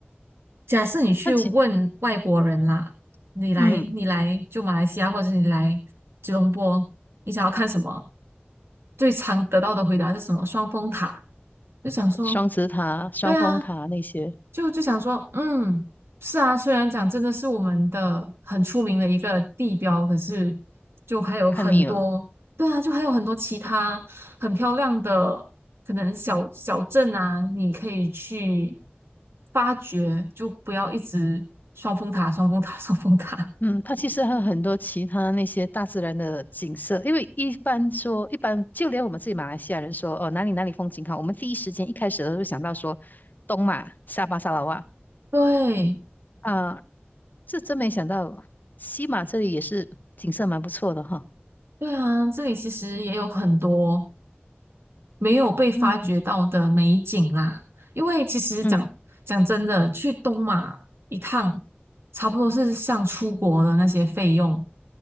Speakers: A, on the right (about 75°); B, on the left (about 45°).
A: 假设你去问外国人啦，
B: 那其
A: 你来你来就马来西亚，
B: 嗯，
A: 或者是你来吉隆坡，你想要看什么？最常得到的回答是什么？双峰塔。就想说
B: 双子塔、双峰塔那些，
A: 对啊，就就想说，嗯，是啊，虽然讲真的是我们的很出名的一个地标，可是就还有很多，
B: 看腻了。
A: 对啊，就还有很多其他很漂亮的可能小小镇啊，你可以去发掘，就不要一直双峰塔、双峰塔、双峰塔。
B: 嗯，它其实还有很多其他那些大自然的景色，因为一般说，一般就连我们自己马来西亚人说，哦，哪里哪里风景好，我们第一时间一开始都会想到说东马、沙巴、沙拉哇
A: <laughs> 对，
B: 啊，这真没想到西马这里也是景色蛮不错的哈。
A: 对啊，这里其实也有很多。没有被发掘到的美景啦。
B: 嗯
A: 因为其实讲讲真的，
B: 嗯
A: 去东马一趟，差不多是像出国的那些费用，